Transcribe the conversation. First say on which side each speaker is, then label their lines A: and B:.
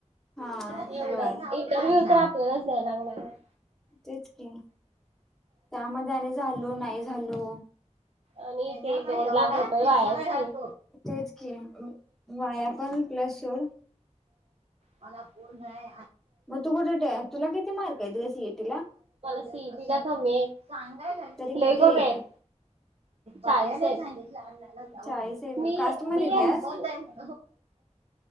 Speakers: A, in the centre; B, on the right (about 55°).
A: हा
B: एवढच
A: व्हय
B: इंटरव्ह्यू तर आप ल्यालाच द्यावं लागणार आहे
A: तेच की त्यामध्ये आणि झालो नाही झालो
B: आणि इ ते दोन लाख रुपये वाया चाल
A: तेच की वाया पण प्लस सोड
B: मला पूर्ण आहे
A: मग तू कुठे तुला किती मार्क आहेत ग सीएटी ला
B: तिला कमीयेत
A: तरी
B: लई
A: किती
B: कमीयेत
A: येत्या
B: चाळीस येत
A: चाळीस आहे
B: <inaudible> मी,
A: कास्ट मध्ये
B: मी
A: येत्यास
B: न